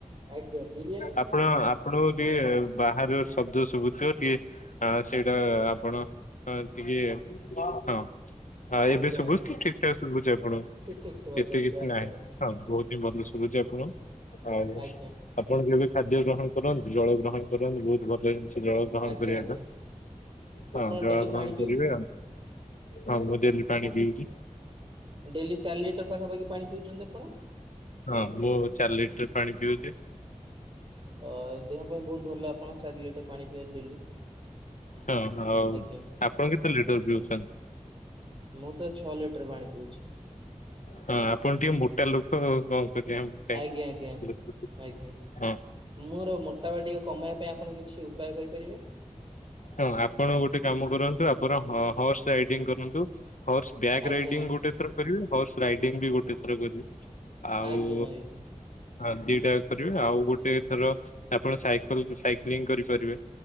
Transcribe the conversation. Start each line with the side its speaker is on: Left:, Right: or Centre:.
Right: ଆଜ୍ଞା ବିରିୟାନୀ
Left: ଆପଣ ଆପଣଙ୍କୁ ଟିକେ ବାହାର ଶବ୍ଦ ଶୁଭୁଛି। ଟିକେ ସେଇଟା ଆପଣ ଟିକେ, ହଁ ହଁ
Right: ଆଜ୍ଞା
Left: ଏବେ ଶୁଭୁଛି
Right: ଆଜ୍ଞା
Left: ଠିକ ଠାକ୍ ଶୁଭୁଛି ଆପଣ
Right: ଠିକ ଠିକ ଶୁଭା
Left: ଏତେ
Right: ଯାଉଛି
Left: କିଛି
Right: ଆଜ୍ଞା
Left: ନାହିଁ,
Right: ଆଜ୍ଞା
Left: ହଁ ବହୁତ ଏବେ ଭଲ ଶୁଭୁଛି ଆପଣଙ୍କୁ ଆଉ
Right: ଆଜ୍ଞା
Left: ଆପଣ ଯେବେ ଖାଦ୍ୟ ଗ୍ରହଣ କରନ୍ତି, ଜଳ ଗ୍ରହଣ କରନ୍ତୁ ବହୁତ ଭଲ ଜିନିଷ ଜଳ ଗ୍ରହଣ
Right: ଆଜ୍ଞା
Left: କରିବାଟା
Right: ଆଜ୍ଞା
Left: ହଁ
Right: ଆପଣ
Left: ଜଳ
Right: ଡେଲି
Left: ଗ୍ରହଣ
Right: ପାଣି
Left: କରିବେ ହଁ ମୁଁ ଡେଲି ପାଣି
Right: ଆ
Left: ପିଉଛି
Right: ଡେଲି ଚାରି ଲିଟର ପାଖାପାଖି ପାଣି ପିଉଛନ୍ତି ଆପଣ?
Left: ହଁ ମୁଁ ଚାରି ଲିଟର ପାଣି ପିଉଛି।
Right: ଅ ଦେହ ପାଇଁ ବହୁତ ଭଲ ଆପଣ ଚାରି ଲିଟର ପାଣି ପିଇବାକୁ ଡେଲି।
Left: ହଁ ଆଉ
Right: ଆଜ୍ଞା
Left: ଆପଣ କେତେ ଲିଟର ପିଉଛନ୍ତି?
Right: ମୁଁ ତ ଛଅ ଲିଟର ପାଣି ପିଉଛି।
Left: ହଁ ଆପଣ ଟିକେ ମୋଟା ଲୋକ କଣ କରିବେ ମୋଟା
Right: ଆଜ୍ଞା ଆଜ୍ଞା
Left: <unintelligible>
Right: ଆଜ୍ଞା
Left: ହଁ
Right: ମୋର ମୋଟାପା କମାଇବା ପାଇଁ ଆପଣ କିଛି ଉପାୟ କହିପାରିବେ?
Left: ହଁ ଆପଣ ଗୋଟେ କାମ କରନ୍ତୁ ଆପଣ ହର୍ସ ରାଇଡିଙ୍ଗ କରନ୍ତୁ, ହର୍ସ ବ୍ୟାକ୍
Right: ଆଜ୍ଞା
Left: ରାଇଡିଙ୍ଗ୍ ଗୋଟେ ଥର କରିବେ, ହର୍ସ ରାଇଡିଙ୍ଗ୍ ବି ଗୋଟେ ଥର କରିବେ। ଆଉ।
Right: ଆଜ୍ଞା ଆଜ୍ଞା
Left: ହଁ ଦିଟା କରିବେ ଆଉ ଗୋଟେ ଥର ଆପଣ ସାଇକଲ ସାଇକ୍ଲିଂ କରିପାରିବେ।